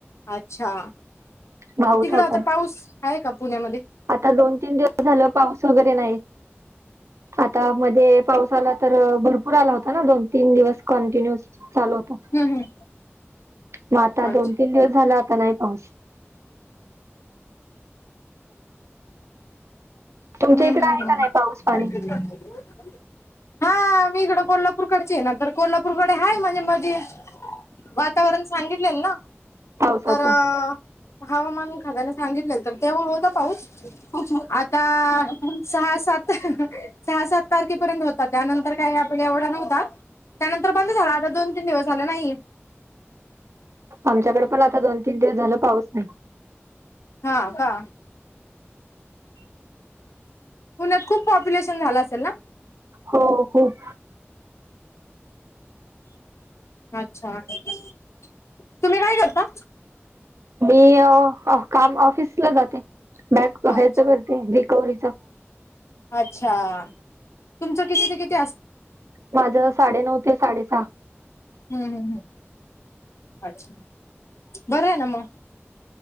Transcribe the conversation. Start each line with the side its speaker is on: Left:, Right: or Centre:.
Left: अच्छा,
Right: भाऊ
Left: तिकडं
Right: छोटा
Left: आता
Right: आहे
Left: पाऊस आहे का पुण्यामध्ये
Right: आता दोन तीन दिवस झालं पाऊस वगैरे नाही, आता मध्ये पाऊसा आला. तर भरपूर आला होता ना दोन तीन दिवस कंटिन्यूस चालू होता.
Left: हम्म हम्म.
Right: मग आता
Left: अच्छा.
Right: दोन तीन दिवस झाला आता नाही पाऊस. तुमच्या
Left: हम्म
Right: इकडे आहे का
Left: हम्
Right: नाही पाऊस पाणी
Left: हम् <inaudible> हा मी इकडं कोल्हापूरकडचे आहे, नंतर कोल्हापूरकडे आहेाय म्हणजे मध्ये वातावरण सांगितलेल ना
Right: पावसाचं?
Left: तर हवामान खात्याने सांगितले तर तेव्हा होता. पाऊस आता सहा सात सहा सात तारखेपर्यंत होता, त्यानंतर काय आपण एवढा नव्हता. त्यानंतर बंद झाला. आता दोन तीन दिवस झाले नाहीे.
Right: आमच्याकडे पण आता दोन तीन दिवस झालं पाऊस नाही.
Left: हा का. पुण्यात खूप पॉप्युलेशन झाला असेल ना?
Right: हो खुप.
Left: अच्छा तुम्ही काय करता?
Right: मी काम ऑफिसला जाते, बॅग ह्याच
Left: अच्छा
Right: करते बिकॉम च
Left: अच्छा तुमचं किती ते किती असत.
Right: माझ साडेनऊ ते साडेसहा.
Left: हम्म-हम्म, <inaudible> हम् अच्छा बरं आहे ना मग